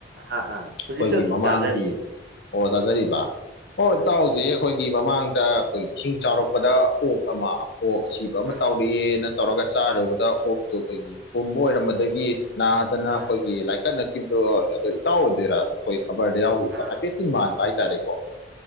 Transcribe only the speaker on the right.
ꯑꯥ ꯑꯥ
ꯍꯧꯖꯤꯛꯁꯨ ꯑꯗꯨꯝ
ꯆꯥꯖꯔꯤꯌꯦ
ꯑꯥ
ꯑꯥ
ꯑꯥ
ꯑꯥ